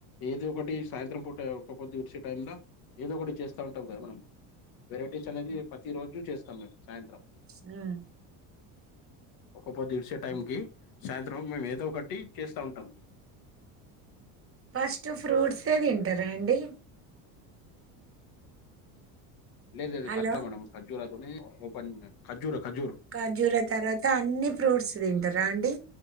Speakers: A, on the left; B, on the right.
A: ఏదో ఒకటి సాయంత్రం పూట ఒక పొద్దు టైమ్ల ఏదో ఒకటి చేస్తా ఉంటాం కదా మనం వెరైటీస్ అనేది ప్రతి రోజు చేస్తాం మేము సాయంత్రం
B: ఉ
A: ఉక్క పోతి విడిసె టైమ్
B: హ్మ్.
A: కి సాయంత్రం మేము ఏదో ఒకటి చేస్తా ఉంటాం
B: ఫస్ట్ ఫ్రూట్సె తింటారా అండి
A: లేదు లేదు
B: హలో!
A: ఖజు మే ఖర్జూర తోనే ఓపెన్ ఖర్జూర ఖర్జూర్
B: ఖర్జూర తర్వాత అన్ని ఫ్రూట్స్ తింటరా అండి